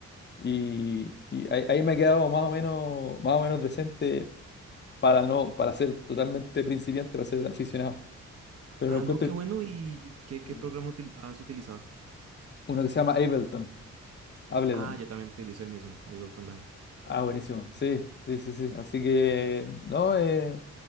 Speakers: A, on the left (about 35°); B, on the right (about 55°).
A: y, y ahí, ahí me ha quedado más o menos, más o menos decente para no, para ser totalmente principiante, para ser aficionado. Pero
B: Ah,
A: lo encuentro
B: no, qué bueno. ¿Y qué, qué
A: Mm.
B: programa util- has utilizado?
A: uno que se llama Ableton. Ableton.
B: Ah, yo también utilizo el mismo, Ableton Live.
A: Ah, buenísimo. Sí, sí, sí, sí. Así que, no, eh,